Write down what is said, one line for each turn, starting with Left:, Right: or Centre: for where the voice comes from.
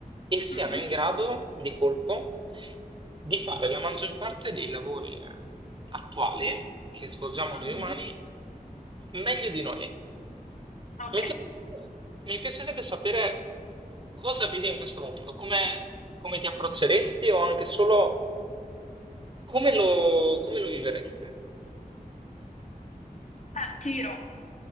Right: e siano
Left: mhm,
Right: in grado di colpo di fare la maggior parte dei lavori eh, attuali che svolgiamo noi
Left: mhm.
Right: umani meglio di noi.
Left: Ok,
Right: Mi piacerebbe, mi piacerebbe sapere cosa vedi in questo mondo, come, come ti approcceresti o anche solo come lo, come lo viveresti.
Left: Ah, ti dirò,